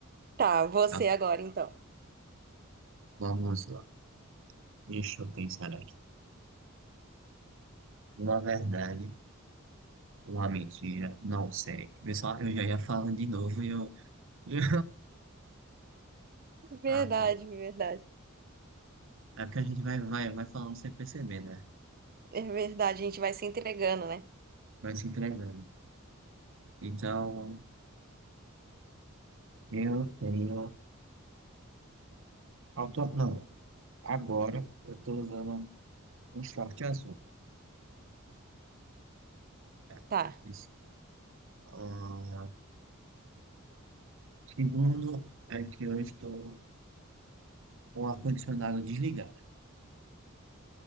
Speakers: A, on the right; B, on the right.
A: Tá, você
B: Tá,
A: agora então.
B: vamos lá. Deixa eu pensar aqui. Uma verdade, uma mentira, não sei. Pessoal, eu já ia falando de novo e eu. <laughs> e eu-
A: Verdade,
B: Ah, ok.
A: verdade.
B: É porque a gente vai, vai, vai falando sem perceber, né?
A: É verdade, a gente vai se entregando, né?
B: Vai se entregando. Então, eu tenho. auto- Não, agora eu tô usando um short azul. É,
A: Tá,
B: isso. Ah, segundo, é que eu estou com o ar-condicionado desligado.